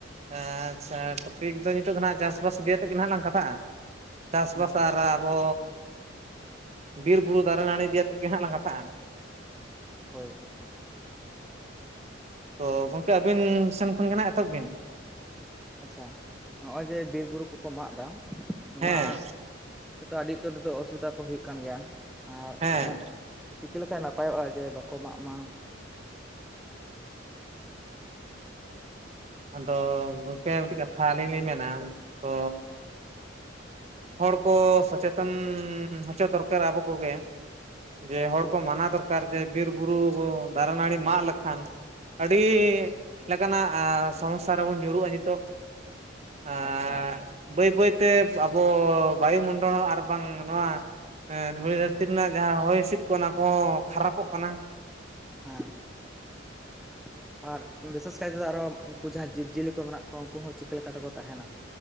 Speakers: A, on the right; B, in the centre.
A: ᱟᱻᱪᱪᱷᱟ, ᱴᱚᱯᱤᱠ ᱫᱚ, ᱱᱤᱛᱚᱜ ᱫᱚ ᱦᱟᱸᱜ, ᱪᱟᱥᱵᱟᱥ ᱤᱫᱤ ᱭᱟᱛᱮᱫ ᱜᱮ, ᱦᱟᱸᱜ ᱞᱟᱝ, ᱠᱟᱛᱷᱟᱜᱼᱟ ᱾ ᱪᱟᱥᱼᱵᱟᱥ,
B: ᱟᱪᱪᱷᱟ
A: ᱟᱨ ᱟᱵᱚ, ᱵᱤᱨᱵᱩᱨᱩ ᱫᱟᱨᱮ ᱱᱟᱹᱲᱤ, ᱤᱫᱤ ᱭᱟᱛᱮᱫ ᱜᱮ, ᱦᱟᱸᱜ ᱞᱟᱝ, ᱠᱟᱛᱷᱟᱜᱼᱟ ᱾
B: ᱦᱳᱭ ᱾
A: ᱛᱚᱻ, ᱜᱚᱝᱠᱮ, ᱟᱹᱵᱤᱱ ᱥᱮᱱ, ᱠᱷᱚᱱ ᱜᱮ ᱱᱷᱟᱸᱜ, ᱮᱛᱚᱦᱚᱵ ᱵᱤᱱ ᱾
B: ᱟᱪᱪᱷᱟ, ᱱᱚᱜᱼᱚᱭ ᱡᱮ, ᱵᱤᱨᱼᱵᱩᱨᱩ ᱠᱚᱠᱚ, ᱢᱟᱜ ᱮᱫᱟ, ᱱᱚᱣᱟ
A: ᱦᱮᱸ
B: ᱟᱹᱰᱤ ᱩᱛᱟᱹᱨ, ᱱᱤᱛᱚᱜ ᱚᱥᱩᱵᱤᱫᱟ ᱠᱚ, ᱦᱩᱭᱩᱜ ᱠᱟᱱ ᱜᱮᱭᱟ, ᱟᱨ
A: ᱦᱮᱸ
B: ᱛᱟᱦᱚᱞᱮ ᱪᱤᱠᱟᱹ ᱞᱮᱠᱷᱟᱱ, ᱱᱟᱯᱟᱭᱚᱜᱼᱟ, ᱡᱮ, ᱵᱟᱠᱚ ᱢᱟᱜ ᱢᱟ
A: ᱟᱫᱚ, ᱜᱚᱝᱠᱮ ᱢᱤᱫᱴᱤᱡ, ᱠᱟᱛᱷᱟ ᱟᱹᱞᱤᱧ ᱞᱤᱧ ᱢᱮᱱᱟ, ᱛᱚᱻ, ᱦᱚᱲ ᱠᱚ, ᱥᱚᱪᱮᱛᱚᱱ ᱦᱚᱪᱚ, ᱫᱚᱨᱠᱟᱨᱟ, ᱟᱵᱚ ᱠᱚᱜᱮ ᱡᱮ ᱦᱚᱲ ᱠᱚ, ᱢᱟᱱᱟ ᱫᱚᱨᱠᱟᱨ, ᱡᱮ, ᱵᱤᱨ ᱵᱩᱨᱩ ᱫᱟᱨᱮ ᱱᱟᱹᱲᱤ, ᱢᱟᱜ ᱞᱮᱠᱷᱟᱱ ᱟᱹᱰᱤ, ᱞᱮᱠᱟᱱᱟᱜ ᱥᱚᱢᱚᱥᱥᱟ ᱨᱮᱵᱚᱱ, ᱧᱩᱨᱩᱜᱼᱟ ᱱᱤᱛᱚᱜ, ᱟᱨ
B: ᱮᱠᱫᱚᱢ
A: ᱵᱟᱹᱭ ᱵᱟᱹᱭ ᱛᱮ, ᱟᱵᱚ ᱵᱟᱭᱩ ᱢᱚᱱᱰᱚᱞ ᱦᱚᱸ, ᱟᱨ ᱵᱟᱝ, ᱱᱚᱣᱟ ᱦᱮᱸ, ᱫᱷᱩᱲᱤ ᱫᱷᱟᱹᱨᱛᱤ ᱨᱮᱱᱟᱜ, ᱡᱟᱦᱟᱸ ᱦᱚᱭ ᱦᱤᱥᱤᱫ ᱠᱚ, ᱚᱱᱟ ᱠᱚᱦᱚᱸ, ᱠᱷᱟᱨᱟᱯᱚᱜ ᱠᱟᱱᱟ ᱾
B: ᱟᱸᱻ ᱾ ᱟᱨ, ᱵᱤᱥᱮᱥ ᱠᱟᱭ ᱛᱮᱫᱚ, ᱟᱨᱚ ᱩᱱᱠᱩ ᱡᱟᱦᱟᱸᱭ ᱡᱤᱵᱽ ᱡᱤᱭᱟᱹᱞᱤ ᱠᱚ, ᱢᱮᱱᱟᱜ ᱠᱚᱣᱟ ᱾ ᱩᱱᱠᱩ ᱦᱚᱸ, ᱪᱤᱠᱟᱹ ᱞᱮᱠᱟ ᱛᱮᱠᱚ ᱛᱟᱦᱮᱱᱟ?